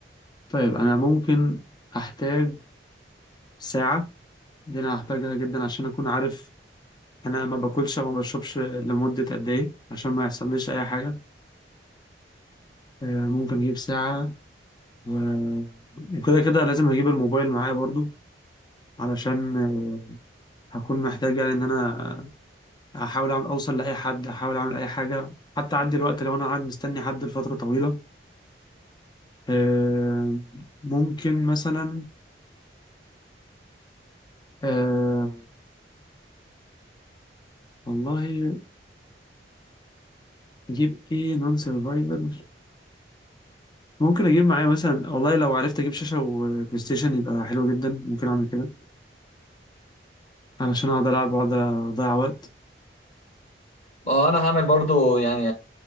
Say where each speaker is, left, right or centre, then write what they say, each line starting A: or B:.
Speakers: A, on the left; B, on the left.
A: طيب انا ممكن هحتاج ساعة دي انا هحتاجها جدا عشان اكون عارف انا ما باكلش وما بشربش لمدة قد ايه عشان ما يحصليش اي حاجة أه ممكن اجيب ساعة و- وكده كده لازم هجيب الموبايل معايا برضو علشان آه، هكون محتاج يعني ان انا هحاول أعمل- اوصل لاي حد هحاول اعمل اي حاجة حتى عندي الوقت لو انا قاعد مستني حد لفترة طويلة آه ممكن مثلا آه والله اجيب ايه نون سرفايفل ممكن اجيب معايا مثلا والله لو عرفت اجيب شاشه وبلاي ستيشن يبقى حلو جدا ممكن اعمل كده علشان اقعد العب واقعد اضيع وقت
B: ما هو انا هعمل برضو يعني